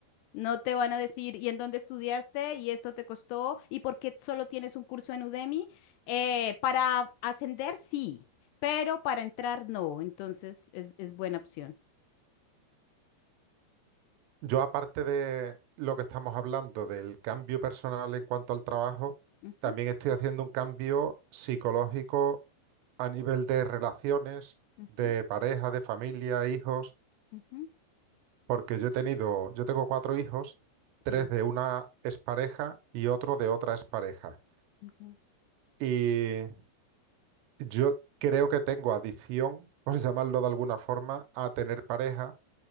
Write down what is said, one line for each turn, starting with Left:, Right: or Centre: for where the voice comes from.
Left: No te van a decir, ¿y en dónde estudiaste? ¿Y esto te costó? ¿Y por qué solo tienes un curso en Udemy? Eh, para ascender, sí, pero para entrar, no. Entonces, es, es buena opción.
Right: Yo, aparte de lo que estamos hablando del cambio personal en cuanto al trabajo,
Left: Ujú,
Right: también estoy haciendo un cambio psicológico a nivel de relaciones,
Left: ujú,
Right: de pareja, de familia, hijos,
Left: ujú,
Right: porque yo he tenido, yo tengo cuatro hijos, tres
Left: Sí.
Right: de una expareja y otro de otra expareja.
Left: ok, ujú,
Right: Y Yo creo que tengo adicción, por llamarlo de alguna forma, a tener pareja